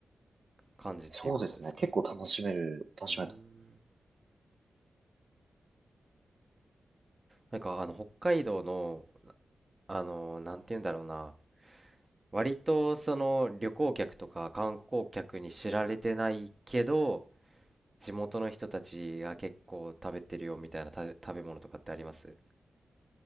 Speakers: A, on the right (about 30°); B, on the right (about 60°).
A: 感じっていうことですかね。
B: そうですね、結構楽しめる、楽しめると思います
A: うーん。なんか、あの、北海道の、あの、なんて言うんだろうな。割とその旅行客とか観光客に知られてないけど地元の人たちが結構食べてるよみたいなた食べ物とかってあります